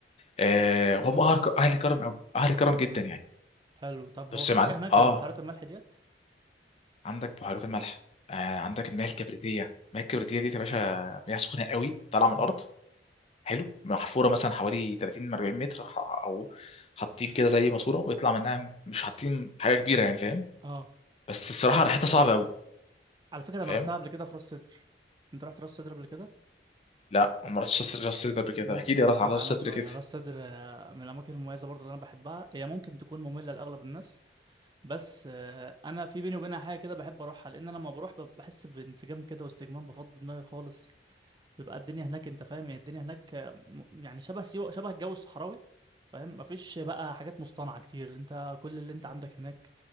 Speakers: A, on the left; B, on the right.
A: آه وهم اهل ك- اهل كرم قوي اهل كرم جدا يعني
B: حلو طب هو
A: بص
B: في
A: يا معلم
B: حاجة هناك غير
A: اه
B: بحيرات الملح ديت
A: عندك بحيرات الملح آه عندك المياه الكبريتيه المياه الكبريتيه دي يا باشا مياه سخنه قوي طالعه من الارض
B: اه
A: حلو محفوره مثلا حوالي 30 40 متر ح- او حاطين كده زي ماسوره ويطلع منها مش حاطين حاجه كبيره يعني فاهم
B: اه
A: بس الصراحه ريحتها صعبه قوي
B: على فكرة
A: فاهم
B: انا رحتها قبل كده في راس سدر انت رحت راس سدر قبل كده
A: لا ما رحتش راس راس صدر قبل كده
B: ممكن
A: احكي لي
B: اكلمك
A: راس على راس
B: عنها
A: صدر
B: شويه
A: كده
B: راس سدر آه، من الاماكن المميزه برضو اللي انا بحبها هي ممكن تكون ممله لاغلب الناس بس آه، انا في بيني وبينها حاجه كده بحب اروحها لان انا لما بروح بب- بحس بانسجام كده واستجمام بفضي دماغي خالص بيبقى الدنيا هناك انت فاهم يعني الدنيا هناك م- يعني شبه سيوة شبه الجو الصحراوي فاهم مفيش بقى حاجات مصطنعة كتير انت كل اللي انت عندك هناك